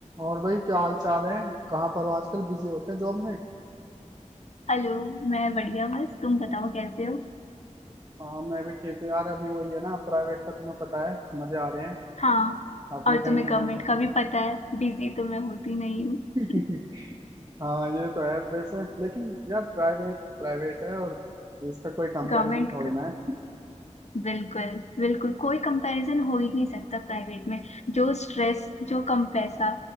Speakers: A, on the right (about 30°); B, on the left (about 60°).
A: और भाई क्या हाल चाल है कहाँ पर हो आजकल बिजी हो क्या जॉब में
B: Hello मैं बढ़िया बस तुम बताओ कैसे हो
A: हाँ मैं भी ठीक हूँ यार अभी वही है ना प्राइवेट का तुम्हें पता है मजे आ रहे हैं
B: हाँ
A: अपने
B: और
A: कहीं
B: तुम्हें
A: भी
B: गवर्नमेंट
A: घूम सकते
B: का भी
A: हैं
B: पता है बिजी तो मैं होती नहीं हूँ
A: <laughs>
B: <laughs>
A: हाँ ये तो है वैसे लेकिन यार प्राइवेट प्राइवेट है और इसका कोई कंपैरिजन
B: गवर्नमेंट
A: थोड़ी
B: का
A: ना
B: बिल्कुल बिल्कुल कोई कंपैरिजन हो ही नहीं सकता प्राइवेट में जो स्ट्रेस जो कम पैसा